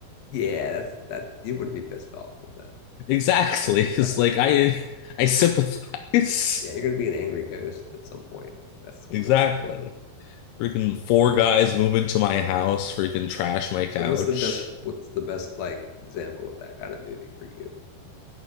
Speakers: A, on the left; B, on the left.
A: Yeah, that's that. You would be pissed off if that.
B: Exactly.
A: It would be
B: It's
A: tough
B: like
A: to. Be.
B: I I sympathize.
A: Yeah, you're gonna
B: <laughs>
A: be an angry ghost at some point. If that's what
B: Exactly.
A: your life you're living.
B: Freaking four guys move into my house, freaking trash my
A: So
B: couch.
A: what's the best? What's the best like example of that kind of movie for you?